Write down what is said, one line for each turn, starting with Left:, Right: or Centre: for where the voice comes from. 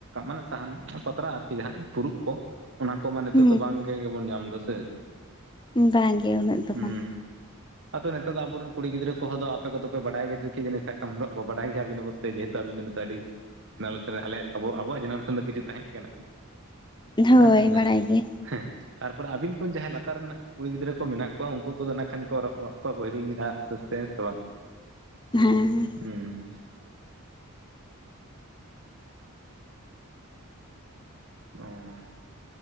Right: ᱢᱟᱱᱮ ᱥᱟᱦᱟᱱ ᱯᱟᱛᱲᱟ ᱟᱨᱠᱤ ᱡᱟᱦᱟᱸ ᱯᱷᱩᱨᱩᱜ ᱠᱚ, ᱚᱱᱟ ᱠᱚ ᱢᱟ ᱱᱤᱛᱚᱜ
Left: ᱦᱩᱸ
Right: ᱫᱚ ᱵᱟᱝ ᱜᱮᱵᱚᱱ ᱧᱟᱢ ᱫᱟ ᱥᱮ
Left: ᱵᱟᱝ ᱜᱮ ᱩᱱᱟᱹᱜ ᱫᱚ
Right: ᱦᱩᱸ᱾
Left: ᱵᱟᱝ
Right: ᱟᱫᱚ ᱱᱮᱛᱟᱨ ᱫᱚ ᱟᱵᱚᱨᱮᱱ ᱠᱩᱲᱤ ᱜᱤᱫᱽᱨᱟᱹ ᱠᱚᱦᱚᱸ ᱫᱚ ᱟᱯᱮᱠᱚᱫᱚ ᱯᱮ ᱵᱟᱰᱟᱭ ᱜᱮᱪᱚ ᱠᱮ ᱡᱟᱱᱮ ᱥᱟᱠᱟᱢ ᱨᱚᱜ ᱠᱚ ᱵᱟᱰᱟᱭ ᱜᱮᱭᱟ ᱵᱤᱱ ᱚᱵᱚᱥᱥᱚ᱾ ᱥᱮ ᱡᱮᱦᱮᱛᱩ ᱟᱵᱤᱱ ᱫᱚ ᱱᱤᱛᱚᱜ ᱟᱹᱰᱤ <unintelligible> ᱟᱞᱮᱭᱟᱜ ᱟᱵᱚᱣᱟᱜ ᱡᱮᱱᱟᱨᱮᱥᱮᱱ ᱫᱚ ᱠᱤᱪᱷᱩ ᱛᱟᱦᱮᱜ ᱠᱟᱱᱟ
Left: ᱦᱳᱭ
Right: ᱦᱮᱸ ᱥᱮ
Left: ᱵᱟᱲᱟᱭ ᱜᱮ
Right: ᱦᱮᱸ ᱛᱟᱨᱯᱚᱨᱮ ᱟᱹᱵᱤᱱ ᱠᱷᱚᱱ ᱡᱟᱦᱟ ᱞᱟᱛᱟᱨ ᱨᱮᱱᱟᱜ ᱠᱩᱲᱤ ᱜᱤᱫᱽᱨᱟᱹ ᱠᱚ ᱢᱮᱱᱟᱜ ᱠᱚᱣᱟ ᱩᱱᱠᱩ ᱠᱚᱫᱚ ᱱᱟᱜ ᱠᱷᱟᱱ ᱠᱚ ᱨᱚᱜ-ᱨᱚᱜ ᱠᱚᱠᱚ ᱦᱤᱲᱤᱧ ᱫᱟ ᱟᱥᱛᱮ ᱟᱥᱛᱮ ᱦᱮ ᱥᱮ ᱵᱟᱝ?
Left: ᱦᱮᱸ
Right: ᱩᱸ ᱚᱸᱻ ᱾